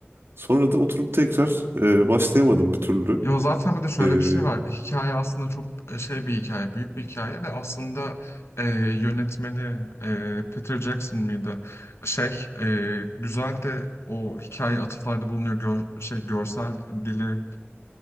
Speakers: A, on the right; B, on the left.
A: Sonra da oturup tekrar e, başlayamadım bir türlü.
B: Ya zaten bir de şöyle
A: Ee,
B: bir şey var. Hikaye aslında çok e, şey bir hikaye, büyük bir hikaye ve aslında e, yönetmeni e, Peter Jackson mıydı? Şey e, güzel de o hikaye atıflarda bulunuyor. Gör- şey görsel dili